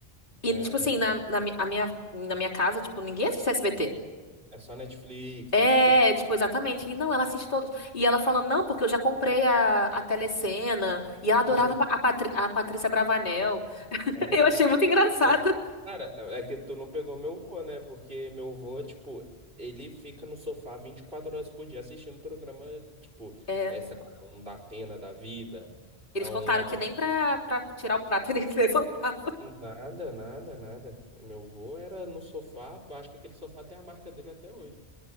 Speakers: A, on the left; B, on the right.
A: E,
B: É.
A: tipo assim, na, na, mi- a minha, na minha casa, tipo, ninguém assiste SBT.
B: É só Netflix,
A: É,
B: stream.
A: tipo, exatamente. E não, ela assiste todos. E ela falando, não, porque eu já comprei a, a Telecena. E ela adorava
B: Gente,
A: a, Patri- a Patrícia Bravanel. <laughs>
B: é,
A: Eu achei muito engraçado.
B: nossa. Cara, é que tu não pegou meu vô, né? Porque meu vô, tipo, ele fica no sofá 24 horas por dia assistindo programa, tipo,
A: É.
B: é, sei lá, é um Datena da vida.
A: Eles
B: É um.
A: contaram que nem pra, pra tirar o prato <laughs> eles levantavam.
B: Nada, nada, nada. Meu vô era no sofá, eu acho que aquele sofá tem a marca dele até hoje.